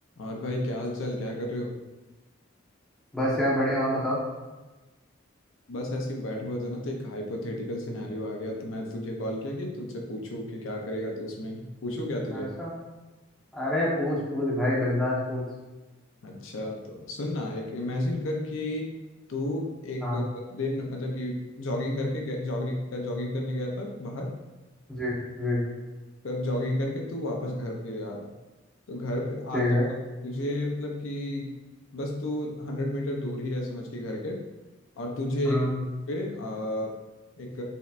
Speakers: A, on the left; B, in the centre.
A: और भाई क्या हाल चाल क्या कर रहे हो
B: बस यार बढ़िया आप बताओ
A: बस ऐसे ही बैठे हुए थे ना तो एक हाइपोथेटिकल सिनेरियो आ गया तो मैं तुझे कॉल किया कि तुझसे पूछूं कि क्या करेगा तू उसमें पूछूं क्या तुझे
B: ऐसा अरे पूछ पूछ भाई बिंदास पूछ
A: अच्छा तो सुन ना एक इमेजिन कर कि तू एक
B: हाँ
A: दिन मतलब कि जॉगिंग करके जॉगिंग जॉगिंग करने गया था बाहर
B: जी जी
A: पर जॉगिंग करके तू वापस घर पे आ रहा है। तो घर पे
B: ठीक
A: आते
B: है
A: तुझे मतलब कि बस तू हंड्रेड मीटर दूर ही है समझ के घर के और तुझे
B: हम्म
A: एक book पे आ, एक